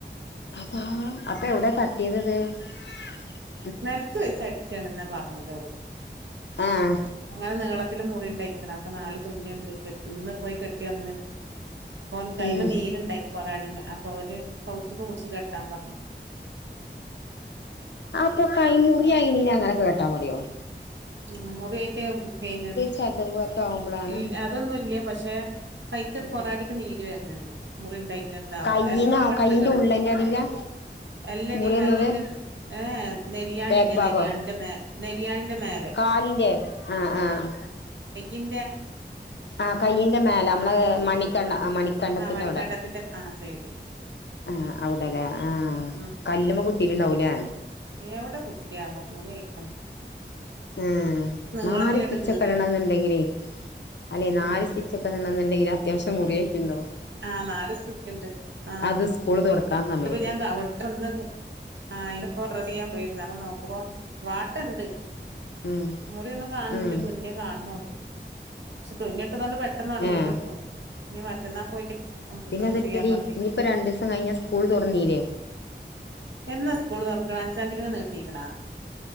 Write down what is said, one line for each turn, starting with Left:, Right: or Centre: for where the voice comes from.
Left: അതാ അപ്പൊ എവിടെ തട്ടിയത്ത് ഇത് -
Right: നെലത്ത് വെച്ച അടിച്ചാണെന്നാ പറഞ്ഞത് അവള്
Left: ആഹ്
Right: അങ്ങനെ നീള ത്തില്മുറി ഉണ്ടായിക്കണത് അപ്പൊ നാല് തുന്നുണ്ട് കെട്ടി ഇന്ന് പോയി കെ ട്ടിവന്ന്- ഒന്ന് കൈമേ
Left: ഉം
Right: നീര് ഇണ്ടായിന്ന് പറ പാടിമ അപ്പൊ ഓര്- കൗത്ത്ക്ക് കുടിച്ച് കെട്ടാൻ പറഞ്ഞു-
Left: ഇപ്പൊ കൈ മുറി അയിനങ്ങനെ കേട്ടാ പറയോ-
Right: ആ മുറിയായിട്ട പിന്നെ
Left: ചതവ് ഒക്കെ ആവുമ്പളാണ്
Right: ഉം അതൊന്നുംല്ലൃ പക് <unintelligible> കൈക്ക്
Left: ഉം
Right: പൊറടിക്ക് നീര് വരണണ്ട്- മുറിണ്ടായി- പിന്നെ എന്താവോ
Left: കയ്യിനാ
Right: എക്സറേ ഒക്കെ എടുത്തക്കണ്
Left: കയ്യിന്റെ ഉള്ളന്റെ അടിയിലാ
Right: എല്ലടി
Left: മുറിയുന്നത്
Right: കൈയിന്റെ ഏഹ് നെരിയാണില്ലെ
Left: ബാക്ക് ഭാഗോ
Right: നെരിയാണിന്റെ മേ നെരിയാണിന്റെ മേലെ-
Left: കാലിന്റെ ആഹ് ആഹ്
Right: ഇന്റെ
Left: ആ കയയിൻറെ മേലെ നമ്മള മണിക്കണ്ണ്ട മണിക്കണ്ടത്തിന്റെ
Right: ആ മണിക്കണ്ടത്തിന്റെ
Left: അവിടെ
Right: ആ സൈഡ്
Left: ആഹ് അവിടല്ലേ ആഹ്
Right: ഉം
Left: കല്ലമ്മെ കുത്തിട്ടുണ്ടാവൂലേ
Right: എവിടെ കുത്തിയാവോ മുറി അയിക്കണ്
Left: ആഹ്
Right: നീളത്തിലണ്ട്
Left: നാല് സ്റ്റിച്ച്
Right: കീറി
Left: ഒക്കെ ഇടണ എന്നുണ്ടെങ്കിലേ അല്ലെ നാല്
Right: ഉം
Left: സ്റ്റിച്ച് കെടണ എന്നുണ്ടെങ്കിൽ അത്യാവശ്യം മുറിയായിട്ട് ഉണ്ടാവും
Right: ആഹ് നാല് സ്റ്റിച്ചണ്ട് ആഹ്
Left: അത് സ്കൂള് തുറക്കാൻ സമയത്ത്
Right: ഇപ്പൊ ഞാൻ പെട്ടന്ന് ആ ഇപ്പം ഡ്രസ്സ് ചെയ്യാൻ പോയിരുന്നു അ നോക്ക്പോ വാട്ടം ഇണ്ട്
Left: ഉം
Right: മുറിയൊന്നും കാണന്റെ
Left: ഉം
Right: തുന്നേെ കാണണള്ളൂ പക്ഷെ തുന്ന് അതോണ്ട് പെട്ടെന്ന് ഉണങ്ങി
Left: ഏഹ്
Right: കിട്ടും നീ മറ്റന്നാ പോയിട്ട്
Left: പിന്നെ
Right: ഡ്രസ്സ്
Left: അതെടി
Right: ചെയ്യാൻ പറഞ്ഞിക്കണ്
Left: ഇനിയിപ്പോ രണ്ടു ദിവസം കഴിഞ്ഞ സ്കൂൾ തുറന്നീല്ലേ
Right: എന്നാ സ്കൂള് തുറക്കണ് അഞ്ചാംതിക്കന്ന് നീട്ടിക്ക്ണോ